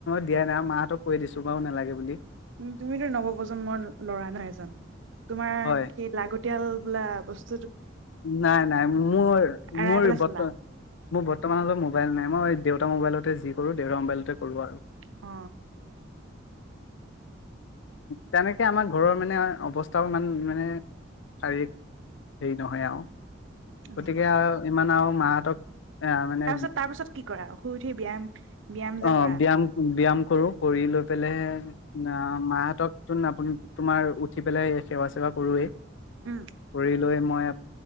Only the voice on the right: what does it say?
উ তুমিতো নৱপ প্ৰজন্মৰ ল'ৰা ন এজন। তোমাৰ
কি লাগতিয়াল বোলা বস্তু।
এৰাই
পেলাই
চলা
অ।
অ'।
তাৰপিছত তাৰ পিছত কি কৰা শুই উঠি ব্যায়াম ব্যায়াম যে
কৰা
উম